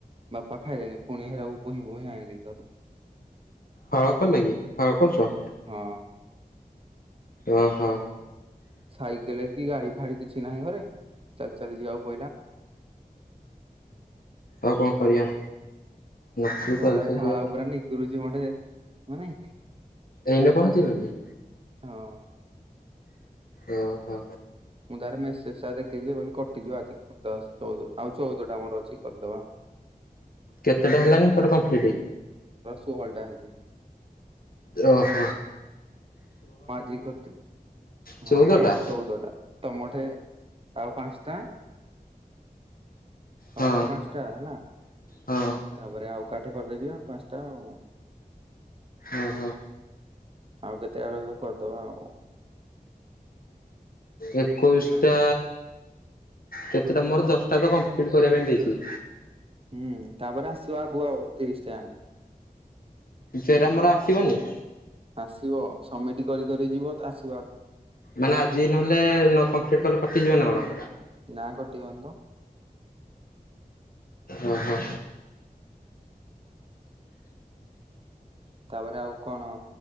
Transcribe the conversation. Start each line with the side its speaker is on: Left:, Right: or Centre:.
Right: ବାପା ଖାଇଲେଣିି ପୁଣି ହେରାକୁ ପୁଣି ବୋହି ବୋହି ଆଣିଲି ଘରୁକୁ।
Left: ହଳ କଲେକି ହଳ କରୁଛ?
Right: ହଁ।
Left: ଓ ହୋ।
Right: ସାଇକେଲ କି ଗାଡି ଫାଡି କିଛି ନାହିଁ ଘରେ ଚାଲି ଚାଲି ଯିବାକୁ ପଇଲା।
Left: ଆଉ କଣ କରିବା? ନଥିଲି
Right: ଖରାରେ
Left: ଚାଲି ଚାଲି
Right: ଝାଳ
Left: ଯିବା
Right: ପୁରା ନିଗୁଡୁଛି ମୋଟେ ନୁହେଁ।
Left: ଏଇନେ ପହଞ୍ଚିଲୁ କି?
Right: ହଁ।
Left: ଓ ହୋ।
Right: ମୁଁ ତାର ମେସେଜ ଟା ଦେଖିଛିି କଟିଯିବ ଆଜି। ଆଉ ଚଉଦ ଟା ମୋର ଅଛି କରିଦବା ଆଉ। କୌଣସି ଶବ୍ଦ ନାହିଁ।
Left: କେତେଟା ହେଲାାଣି ତୋର କମ୍ପ୍ଲିଟ।
Right: ଷୋହଳ ଟା ହେଇଛି।
Left: ରହ।
Right: ଆଜି କରିଥିଲୁ,
Left: ଚଉଦଟା
Right: ହଁ ଆହୁରି ଚଉଦ ଟା ତମଥେ? ଆଉ ପାଞ୍ଚଟା। ତମଠେ
Left: ହଁ
Right: ଆଉ ପାଞ୍ଚଟା ହେଲା
Left: ହଁ
Right: ତାପରେ ଆଉ ଏକାଠି କରିଦେବି ଆଉ ପାଞ୍ଚଟା, ଆଉ।
Left: ହଁ ହଁ।
Right: ଆଉ କେତେ ଆଡ କରିଦବା ଆଉ।
Left: ଏକୋଇଶିଟା କେତେଟା ମୋର? ଦଶଟା ତ କମ୍ପ୍ଲିଟ କରିବା ପାଇଁ ଦେଇଚି।
Right: ହୁଁ, ତାପରେ ଆସିବ ଆଗକୁ ଆଉ ତିରିଶଟା।
Left: ସେଇଟା ମୋର ଆସିବନି?
Right: ଆସିବ, ସମିଟ କରିକରି ଯିବ ତ ଆସିବ ଆଗକୁ।
Left: ମାନେ, ଆଜି ନହେଲେ ନ କମ୍ପ୍ଲିଟ୍ କଲେ କଟିଯିବ ନା କଣ?
Right: ନା କଟିିବନି ତ।
Left: ଓହୋ।
Right: ତାପରେ ଆଉ କଣ,